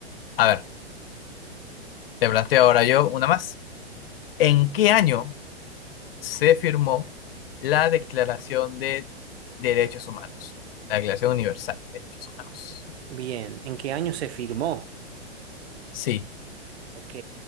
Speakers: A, on the left; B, on the right.
A: A ver, te planteo ahora yo una más. ¿En qué año se firmó la Declaración de Derechos Humanos? La Declaración Universal de Derechos Humanos.
B: Bien. ¿En qué año se firmó?
A: Sí,
B: Ok.